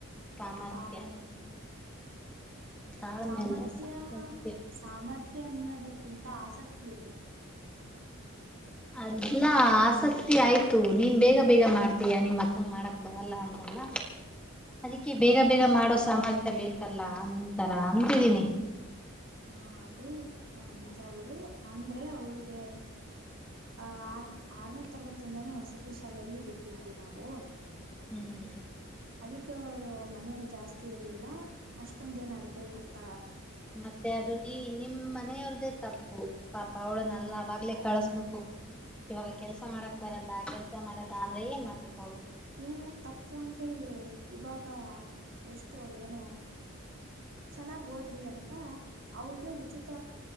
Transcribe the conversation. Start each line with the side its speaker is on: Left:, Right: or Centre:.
Centre: ಸಾಮರ್ಥ್ಯ
Right: ತಾಳ್ಮೆ
Centre: ತಾಳ್ಮೆಲ್ಲ
Right: ಸಾಮರ್ಥ್ಯ
Centre: ಸಾಮರ್ಥ್ಯ
Right: ಸಾಮರ್ಥ್ಯ ಅನ್ನೋದಕ್ಕಿಂತ ಆಸಕ್ತಿ ಇರ್ಬೇಕು
Centre: ಅದಲ್ಲಾ ಆಸಕ್ತಿ ಆಯ್ತು ನೀನ್ ಬೇಗ ಬೇಗ ಮಾಡ್ತೀಯಾ ನಿಮಕ್ಕಂಗ ಮಾಡಕ್ ಬರಲ್ಲ ಅಂತಲ್ಲ ಅದಕ್ಕೆ
Right: ಹ್ಮ್
Centre: ಬೇಗ
Right: ನನ್
Centre: ಬೇಗ ಮಾಡೋ ಸಾಮರ್ಥ್ಯ ಬೇಕಲ್ಲ ನಿಂತರ ಅಂತಿದೀನಿ
Right: ಹಾ ಅದು ಆ ನಿಜ ಬಿಡು ಅಂದ್ರೆ ಅವಳಿಗೆ ಆಹ ಆರ್ ಆರನೇ ತರಗತಿಯಿಂದಾನೇ ವಸತಿ ಶಾಲೆಯಲ್ಲಿ ಬಿಟ್ಟಿದ್ವಿ ನಾವು
Centre: ಹ್ಮ್
Right: ಅದಕ್ಕೆ ಅವಳು ಮನೇಲಿ ಜಾಸ್ತಿ ಇರ್ಲಿಲ್ಲ ಅಷ್ಟೊಂದೇನ್ ಅಡಗೆ ಗೊತ್ತ
Centre: ಮತ್ತೆ ಅದು ನೀ ನಿಮ್ಮ್ ಮನೆಯವ್ರದೆೇ ತಪ್ಪು ಪಾಪ ಅವಳು ನಲ್ಲ ಅವಾಗ್ಲೇ ಕಳಸ್ಬಿಟ್ಟು ಇವಾಗ ಕೆಲ್ಸ ಮಾಡಕ್ ಬರಲ್ಲ ಕೆಲ್ಸ ಮಾಡಲ್ಲ ಅಂದ್ರೆ ಏನ್ ಮಾಡ್ಬೇಕು ಅವಳು
Right: ಏ ತಪ್ಪು ಅಂದ್ರೆ ಇವಾಗ ಎಷ್ಟೋ ಏನೋ ಚೆನ್ನಾಗಿ ಓದ್ಲಿ ಅಂತ ಅವಳಿಗೆ ಉಚಿತ